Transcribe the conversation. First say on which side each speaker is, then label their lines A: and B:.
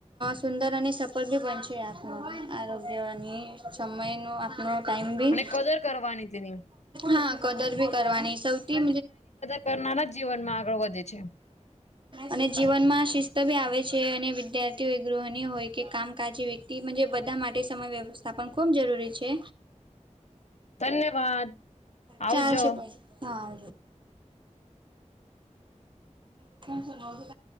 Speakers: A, on the right; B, on the left.
A: સુંદર અને ઉપર <inaudible> આપનો આરોગ્યની સમયનો આપનો, ટાઈમ બી
B: અને કદર કરવાની તેની
A: હા કદર ભી કરવાની સૌથી
B: કરનાર જ જીવનમાં આગળ વધે છે.
A: અને જીવન માં શિસ્ત ભી આવે છે અને વિદ્યાર્થીઓ એ ગૃહની હોય કે કામકાજી વ્યક્તિ બધા માટે સમય વ્યવસ્થા પણ ખૂબ જરૂરી છે.
B: ધન્યવાદ આવજો
A: ચાલ છે પણ હા <inaudible>